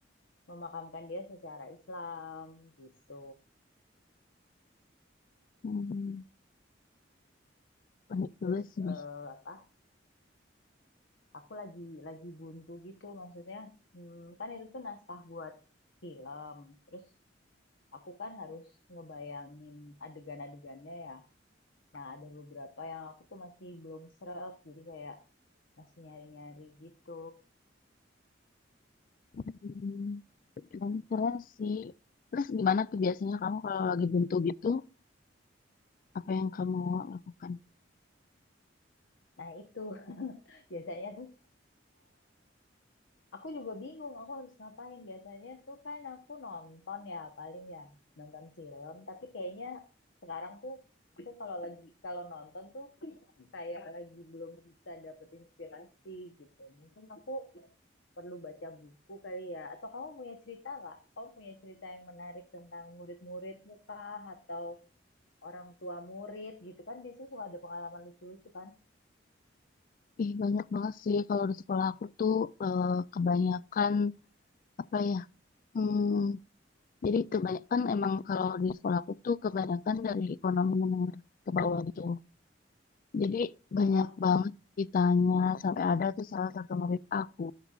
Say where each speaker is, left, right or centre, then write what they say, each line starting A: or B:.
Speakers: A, on the left; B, on the left.
A: memakamkan dia secara Islam gitu.
B: Hmm, unik juga
A: Terus
B: sih.
A: eh, apa? Aku lagi lagi buntu gitu, maksudnya hmm, kan itu tuh naskah buat film. Terus aku kan harus ngebayangin adegan-adegannya ya. Nah, ada beberapa yang aku tuh masih belum srek, jadi kayak masih nyari-nyari gitu.
B: Hmm, dan keren sih. Terus gimana tuh biasanya kamu kalau lagi buntu gitu, apa yang kamu lakukan?
A: Nah, itu <laughs> biasanya tuh Aku juga bingung, aku harus ngapain. Biasanya tuh kan aku nonton ya, paling ya nonton film. Tapi kayaknya sekarang tuh aku kalau lagi kalau nonton tuh kayak lagi belum bisa dapet inspirasi gitu. Mungkin aku perlu baca buku kali ya. Atau kamu punya cerita nggak? Kamu punya cerita yang menarik tentang murid-murid muka atau orang tua murid gitu kan? Biasanya suka ada pengalaman lucu-lucu kan?
B: Ih, banyak banget sih kalau di sekolah aku tuh eh, kebanyakan apa ya? Hmm, jadi kebanyakan emang kalau di sekolah aku tuh kebanyakan dari ekonomi menengah ke bawah gitu. Jadi banyak
A: Heeh.
B: banget ditanya sampai ada tuh salah satu murid aku